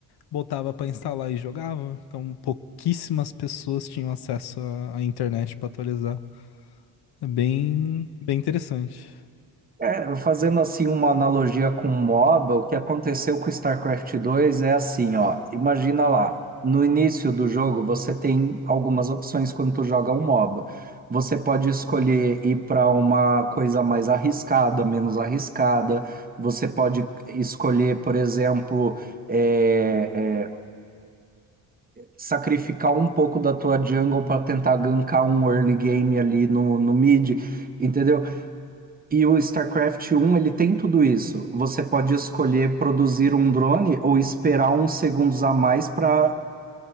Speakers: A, on the left; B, on the right.
A: botava pra instalar e jogava. Então, pouquíssimas pessoas tinham acesso à à internet pra atualizar. É bem, bem interessante.
B: É, fazendo assim uma analogia com MOBA, o que aconteceu com o StarCraft 2 é assim, ó, imagina lá, no início do jogo você tem algumas opções quando tu joga um MOBA. Você pode escolher ir para uma coisa mais arriscada, menos arriscada. Você pode escolher, por exemplo, é, é, sacrificar um pouco da tua jungle para tentar gankar um early game ali no, no mid. Entendeu? E o StarCraft 1, ele tem tudo isso. Você pode escolher produzir um drone ou esperar uns segundos a mais para